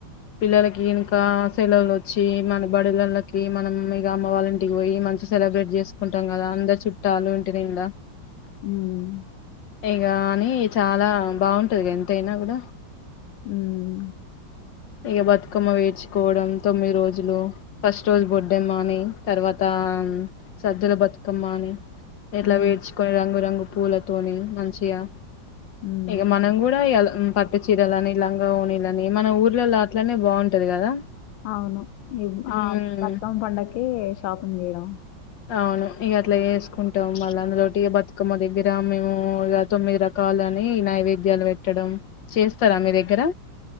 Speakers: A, on the left (about 70°); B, on the left (about 85°).
A: పిల్లలకి ఇంకా సెలవులు వచ్చి మన బడులళ్లకి మనం ఇగ అమ్మ వాళ్ళ ఇంటికి పోయి మంచిగ సెలబ్రేట్ చేసుకుంటాం కదా అందరు చుట్టాలు ఇంటి నిండా
B: హుమ్
A: ఎం కానీ చాలా బాగుంటదిగ ఎంతైనా కూడా
B: హుమ్
A: ఇగ బతుకమ్మ పెర్చుకోవడం తొమ్మిది రోజులు ఫస్ట్ రోజు బొడ్డమ్మ అని తర్వాత ఆ సద్దుల బతుకమ్మ అని ఎట్లా
B: ఉమ్
A: పెర్చుకొని రంగు రంగు పూలతోనిి మంచిగా
B: ఉమ్.
A: ఇగ మనం కూడా ఇయాల హు పట్టు చీరలుని లంగా ఓనీలని మన ఊరు ల్లల్ల అట్లనే బాగుంటది కదా
B: అవును ఈ
A: ఉమ్
B: ఆ బతుకమ్మ పండక్కి షాపింగ్ చేయడం
A: అవును ఇగ అట్లా చేేసుకుంటాం మళ్ళ అం లోటి ఇగ బతుకమ్మ దగ్గర మేము ఇగ తొమ్మిది రకాలని నైవే ధ్యలు పెట్టడం చేస్తారా మీ దగ్గర